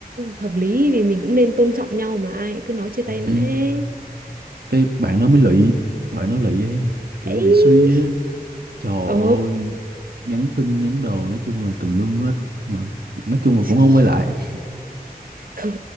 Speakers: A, on the right; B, on the right.
A: hợp lý vì mình cũng nên tôn trọng nhau mà ai cứ nói chia tay mãi
B: ừ,
A: ấy
B: cái bạn nó mới lụy bạn nó lụy em kiểu
A: ấy
B: bị suy á trời
A: ồ
B: ơi nhắn tin nhắn đồ nói chung là tùm lum hết mà nói chung là
A: <laughs>
B: cũng không quay lại nói
A: Thôi,